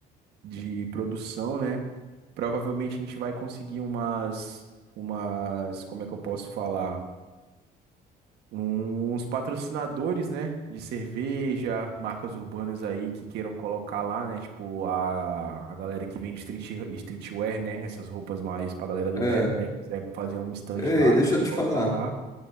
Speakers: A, on the right; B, on the left.
A: de produção, né? Provavelmente a gente vai conseguir umas, umas, como é que eu posso falar? Um, Uns patrocinadores, né? De cerveja, marcas urbanas aí que queiram colocar lá, né? Tipo, a, a galera que vende street, streetwear, né? Essas roupas mais pra galera do
B: É.
A: rap, né? Quiser fazer um stand
B: Ei,
A: lá,
B: deixa
A: quiser
B: eu te
A: colocar
B: falar.
A: lá.